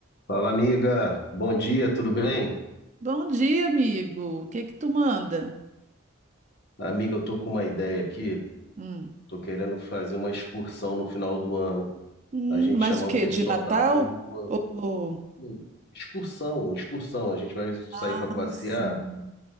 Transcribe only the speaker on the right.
Bom dia, amigo. O que que tu manda?
Hum.
Hum,
mas
o quê?
De Natal?
Ou...
Ah,
sim.